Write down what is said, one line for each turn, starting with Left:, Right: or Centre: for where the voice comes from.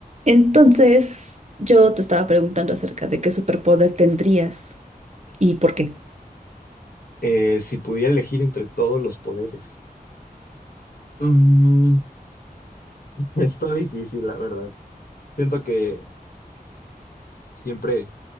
Right: Entonces, yo te estaba preguntando acerca de qué superpoder tendrías y por qué.
Left: Eh, si pudiera elegir entre todos los poderes. Mm, <laughs> está difícil, la verdad. Siento que siempre,